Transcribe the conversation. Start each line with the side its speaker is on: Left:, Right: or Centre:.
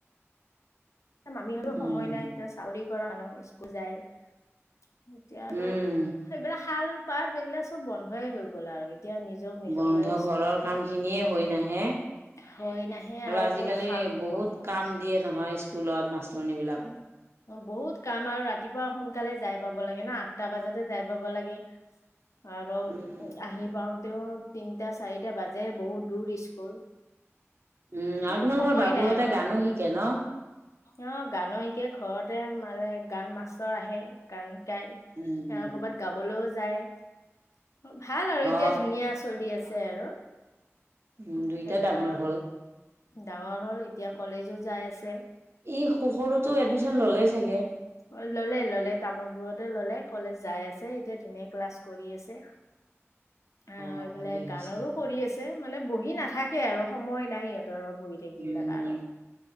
Left: মামিহত
Right: উম
Left: সময় নাই এতিয়া চাকৰি কৰা মানুহ স্কুল যায় এতিয়া আৰু
Right: উম
Left: সেইবিলাক শাল পাত এইগিলা চব বন্ধই হৈ গ'ল আৰু। এতিয়া নিজক নিজক
Right: বন্ধ
Left: লৈয়ে ব্যস্ত
Right: ঘৰৰ
Left: হৈ গল
Right: কাম খিনিয়ে হৈ নাহে
Left: হয় নাহে আৰু
Right: আজিকালি
Left: ক'ত হাল ব
Right: বহুত
Left: সময়
Right: কাম দিয়ে নহয় স্কুলত মাষ্টৰনিবিলাকৰ
Left: বহুত কাম আৰু ৰাতিপুৱা সোনকালে যাই পাব লাগে ন আঠটা বজাতে যাই পাব লাগে আৰু
Right: উম
Left: আহি পাওঁতেও তিনিটা চাৰিটা বাজে বহুত দূৰ স্কুল
Right: উম
Left: সেই
Right: আৰু তোমালোকৰ
Left: সময়
Right: বাবুহঁতে
Left: নাই আৰু
Right: গানো শিকে ন
Left: অ গানো শিকে ঘৰতে মানে গান মাষ্টৰ আহে গান শিক গাই
Right: উম উম
Left: ক'ৰবাত গাবলৈও যায়। ভাল আৰু
Right: অ
Left: এতিয়া ধুনীয়া চলি আছে আৰু
Right: উম দুইটা
Left: এতিয়া
Right: ডাঙৰ হ'ল।
Left: ডাঙৰ হ'ল এতিয়া কলেজো যাই আছে
Right: ই সৰুতো এডমিশন ললে চাগে
Left: অ ললে ললে তামোলপুৰতে ললে। কলেজ যাই আছে এতিয়া ধুনীয়া ক্লাছ কৰি আছে আৰু
Right: অ
Left: এইফালে
Right: ভালেই
Left: গানৰো
Right: হৈছে
Left: কৰি আছে মানে বহি নাথাকে আৰু সময় নাই ইহঁত বহি থাকিবলে
Right: উম,
Left: কাৰো